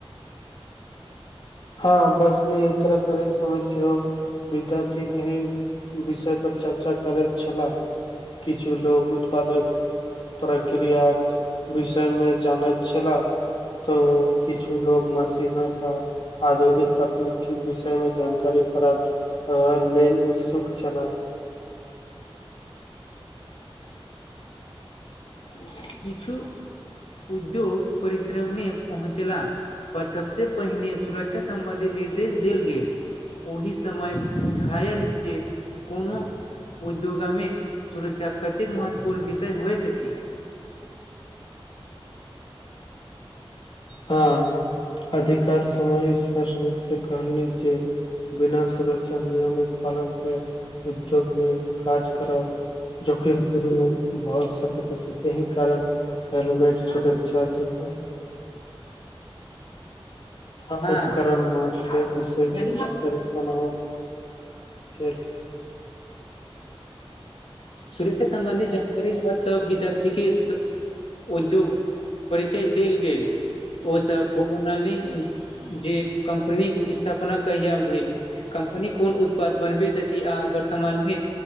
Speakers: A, on the left (about 55°); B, on the left (about 75°).
A: हँ बसमे इ तरह करै <unintelligible> समस्य हो विद्यार्थी एहि विषय पर चर्चा करैत छलाह किछु लोग उत्पादक प्रक्रियाक विषय मे जानैत छला तो किछु लोग मशीनक आधुनिक तकनीक के विषय में जानकारी प्राप्त रह लेन उत्सुक छलला त <inaudible>
B: किछु उद्योग परिश्रममे पहुँचला पर सबसे पहिने सुरक्षा सम्बन्धी निर्देश देल गेल ओहि समय बुझायल जे कोनो उद्योगामि सुरक्षाक कतेक महत्वपूर्ण विषय होइत अछि
A: हँ अधिकार समय स्पष्ट रूप से कह ली जे बिना सुरक्षा नियम पालन कर उद्योगमे काज करब जोकर पूर्ण भय सकत अछि एहि कारण हेलमेट सुरक्छा जत आ
B: हाँ,
A: उपकरण म विषय्तित बना ख
B: सुरक्षा सम्बन्धी जानकारी ल सब विद्यार्थीे के उद्योग परिचय देल गेल ओसभ <unintelligible> जे कंपनीक स्थापना कहिया भेल कंपनी कोन उत्पाद बनबैत छै आ वर्तमान मे